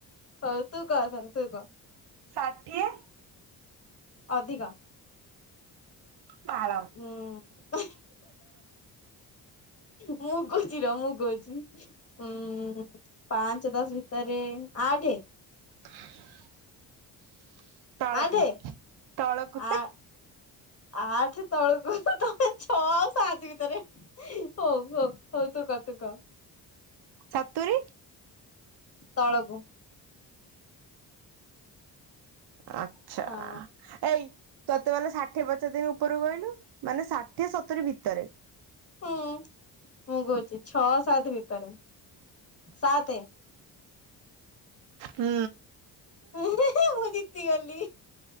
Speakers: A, on the left; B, on the right.
A: ହଉ ତୁ କ ଏଥର ତୁ କ।
B: ଷାଠିଏ।
A: ଅଧିକ।
B: !!!!!!!!!!
A: ହୁଁ ମୁଁ କହୁଛି ରହ, ମୁଁ କହୁଛି। ଉଁ ପାଞ୍ଚ ଦଶ ଭିତରେ ଆଠ।
B: <unintelligible> ତଳକୁ
A: ଆଠେ
B: ତଳକୁ
A: ଆ ଆଠ ତଳକୁ ତମେ ଛଅ ଆଉ ସାତ ଭିତରେ ହଉ ହଉ ହଉ ତୁ କ ତୁ କ।
B: ସତୁରି।
A: ତଳକୁ।
B: ଆଛା
A: ହଁ
B: ଏଇ ତୋତେ ପାଲ ଷାଠିଏ ପଚାରି ଥିନି ଉପରକୁ କହିଲୁ, ମାନେ ଷାଠିଏ ସତୁୁରି ଭିତରେ।
A: ହୁଁ ମୁଁ କହୁଛି ଛଅ ସାତ ଭିତରେ, ସାତେ।
B: ହୁଁ।
A: ହୁଁ ମୁଁ ଜିତିଗଲି।